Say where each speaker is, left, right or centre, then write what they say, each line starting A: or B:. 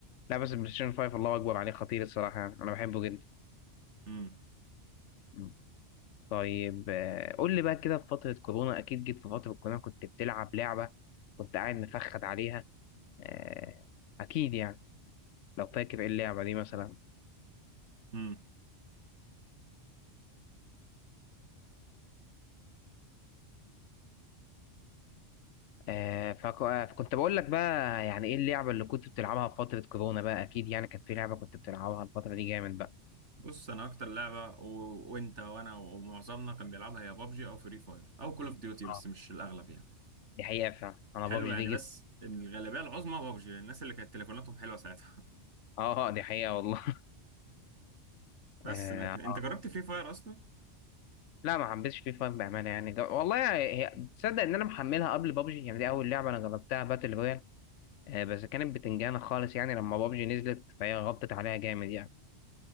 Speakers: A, on the left; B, on the right.
A: لا بس البلاي ستيشن 5 الله اكبر عليه خطير الصراحه يعني. انا بحبه جدا
B: امم
A: مم. طيب آه، قول لي بقى كده في فتره كورونا اكيد جيت في فتره كورونا كنت بتلعب لعبه كنت قاعد مفخد عليها آه، اكيد يعني لو فاكر ايه اللعبه دي مثلا
B: امم
A: آه، فك- آه، فكنت بقول لك بقى يعني ايه اللعبة اللي كنت بتلعبها في فترة كورونا بقى اكيد يعني كان في لعبة كنت بتلعبها الفترة دي جامد بقى
B: بص انا اكتر لعبه و... وانت وانا ومعظمنا كان بيلعبها هي بابجي او فري فاير او كول اوف ديوتي بس
A: اه
B: مش الاغلب يعني
A: دي حقيقة فعلا انا
B: حلو
A: بابجي
B: يعني
A: دي
B: بس
A: جبت
B: الغالبيه العظمى بابجي للناس اللي كانت تليفوناتهم حلوه ساعتها
A: <laughs> اه آه، دي حقيقة والله <laughs>
B: <laughs> بس
A: اه
B: لكن انت
A: آه.
B: جربت فري فاير اصلا
A: لا ما حبيتش فيه فرق بأمانة يعني جا- والله هي تصدق ان انا محملها قبل بابجي يعني دي اول لعبة انا جربتها باتل رويال آه، بس كانت بتنجانة خالص يعني لما بابجي نزلت فهي غطت عليها جامد يعني